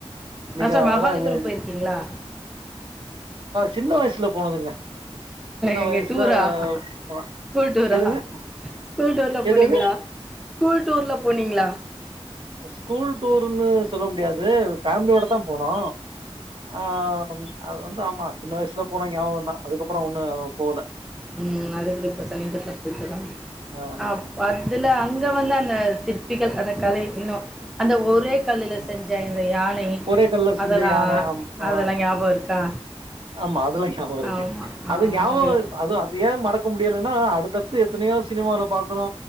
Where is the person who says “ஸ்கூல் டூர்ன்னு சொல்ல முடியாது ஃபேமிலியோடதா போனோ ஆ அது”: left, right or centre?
Right